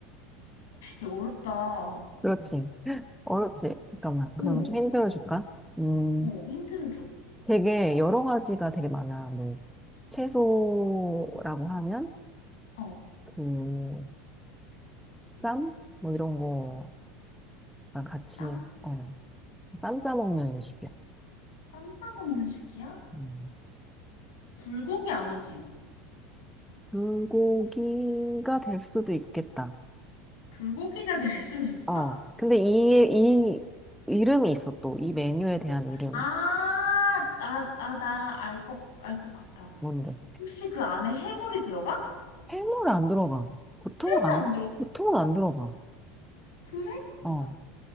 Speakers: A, on the left; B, in the centre.
A: 야, 어렵다. 어,
B: 그렇지. 어렵지. 잠깐만.
A: 어,
B: 그러면 좀 힌트를 줄까? 음,
A: 어, 힌트를 줘.
B: 되게 여러 가지가 되게 많아. 뭐, 채소라고 하면,
A: 어.
B: 그, 쌈? 뭐 이런 거랑 같이,
A: 쌈?
B: 어, 쌈 싸먹는 음식이야.
A: 쌈 싸 먹는 식이야?
B: 음.
A: 불고기 아니지?
B: 불고기가 될 수도 있겠다.
A: 불고기가 <laughs> 될 수도 있어?
B: 어, 근데 이, 이 이름이 있어, 또. 이 메뉴에 대한 이름이.
A: 아, 나 아, 나 알 것, 알 것 같아.
B: 뭔데?
A: 혹시 그 안에 해물이 들어가?
B: 해물 안 들어가. 보통은
A: 해물
B: 안,
A: 안 들어가.
B: 보통은 안 들어가.
A: 그래?
B: 어,